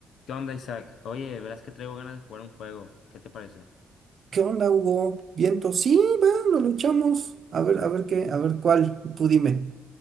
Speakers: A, on the left (about 70°); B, on the right (about 50°).
A: ¿Qué onda, Isaac? Oye, verás que traigo ganas de jugar un juego. ¿Qué te parece?
B: ¿Qué onda, Hugo? ¿Viento? Sí, va, lo luchamos. A ver, a ver qué, a ver cuál, tú dime.